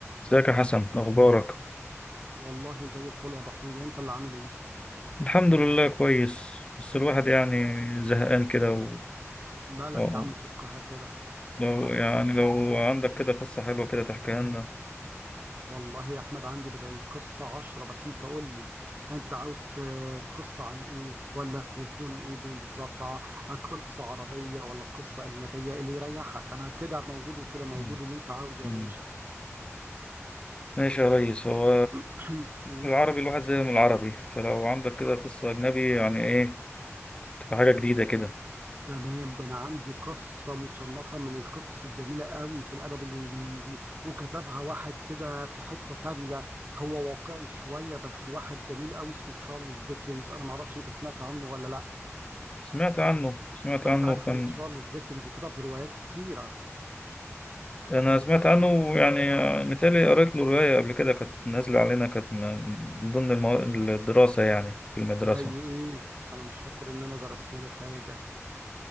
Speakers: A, on the left; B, on the right.
A: ازيك يا حسن اخبارك
B: والله زي الفل يا ابو حميد انت اللي عامل ايه
A: الحمد لله كويس بس الواحد يعني زهقان كده و...
B: مالك
A: و...
B: يا عم فكها كده
A: لو يعني لو عندك كده قصة حلوة كده تحكيها لنا
B: والله يا احمد عندي بدل القصه عشرة بس انت قول لي انت عاوز ت- قصه عن ايه ولا تكون ايه بالظبط ع- قصه عربيه ولا قصه اجنبيه اللي يريحك انا كده موجود وكده موجود
A: مم.
B: اللي انت عاوزه
A: مم.
B: يا باشا
A: ماشي يا ريس هو
B: <clears throat> قول
A: العربي الواحد زي من العربي فلو عندك كده قصة أجنبي يعني إيه تبقى حاجة جديدة كده
B: تمام ده انا عندي قصه مصنفه من القصص الجميله قوي في الادب الانجليزي وكتبها واحد كده في حته تانية هو واقعي شويه بس واحد جميل قوي اسمه تشارلز ديكنز انا ما اعرفش انت سمعت عنه ولا لا
A: سمعت عنه سمعت
B: انت
A: عنه
B: عارف
A: كان
B: ان تشارلز ديكنز كتب روايات كتيره
A: انا سمعت عنه يعني متهيألي قريت له رواية قبل كده كانت نازلة علينا كانت م- من ضمن المو... الدراسة يعني في المدرسة
B: زي ايه انا مش فاكر ان انا درسنا له حاجه